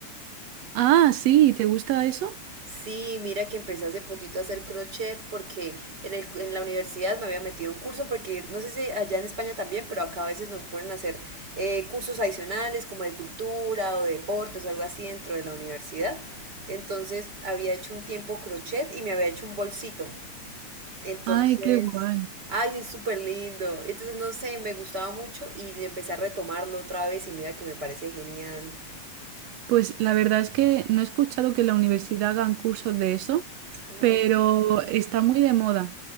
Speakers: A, on the right (about 75°); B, on the right (about 35°).
A: Ah, sí, ¿te gusta eso?
B: Sí, mira que empecé hace poquito a hacer crochet porque en el, en la universidad me había metido a un curso porque no sé si allá en España también, pero acá a veces nos ponen a hacer eh, cursos adicionales como de cultura o de deportes o algo así dentro de la universidad. Entonces había hecho un tiempo crochet y me había hecho un bolsito. Entonces,
A: Ay, qué guay.
B: ay, es súper lindo. Entonces, no sé, me gustaba mucho y empecé a retomarlo otra vez y mira que me parece genial.
A: Pues la verdad es que no he escuchado que en la universidad hagan cursos de eso,
B: Ah,
A: pero
B: ok.
A: está muy de moda,